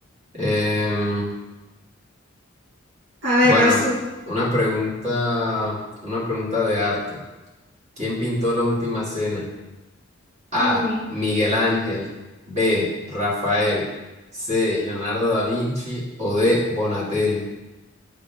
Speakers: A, on the right (about 35°); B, on the right (about 70°).
A: Em,
B: A ver,
A: bueno,
B: vas tú.
A: una pregunta, una pregunta de arte. ¿Quién pintó la última cena? A.
B: Uy.
A: Miguel Ángel. B. Rafael. C. Leonardo da Vinci. O D. Bonatelli.